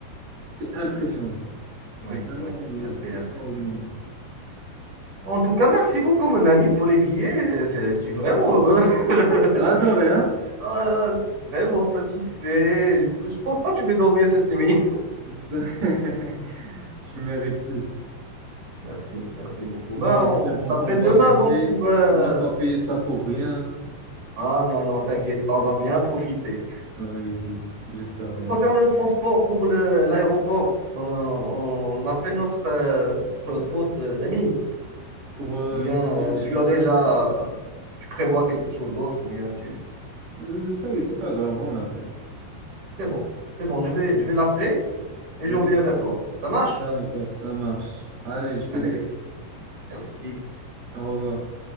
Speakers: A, on the right (about 75°); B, on the right (about 40°).
A: c'est impressionnant.
B: oui,
A: C'est vraiment
B: oui, ce
A: euh,
B: qu'il a fait
A: extraordinaire.
B: impressionnant. En tout cas, merci beaucoup, mon ami, pour les billets. euh, C'est- Je suis vraiment heureux. <laughs>
A: T'as adoré, hein?
B: Ah, je suis vraiment satisfait. Je, je pense pas que je vais dormir cette nuit.
A: <laughs> Tu mérites plus.
B: <laughs> Merci, merci beaucoup.
A: Bon,
B: Ben,
A: espérons
B: on, on s'appelle
A: qu'on va
B: demain,
A: gagner.
B: donc, pour. euh,
A: On n'a pas payé ça pour rien.
B: Ah non, non, t'inquiète pas, on va bien profiter.
A: Ah oui, oui, j'espère bien.
B: Concernant le transport pour le- l'aéroport, euh, on appelle notre, euh, notre pote euh, Amine,
A: pour euh,
B: ou bien
A: nous
B: euh,
A: emmener
B: tu
A: vers
B: as
A: l'aéroport.
B: déjà, euh, tu prévois quelque chose d'autre, ou bien tu...
A: Euh, ça y est, c'est pas grave, on l'appelle.
B: C'est bon, c'est bon, je vais, je vais l'appeler et
A: Oui,
B: je reviens vers toi. Ça marche?
A: d'accord, ça marche. Allez, je te
B: Allez,
A: laisse.
B: merci.
A: Au revoir.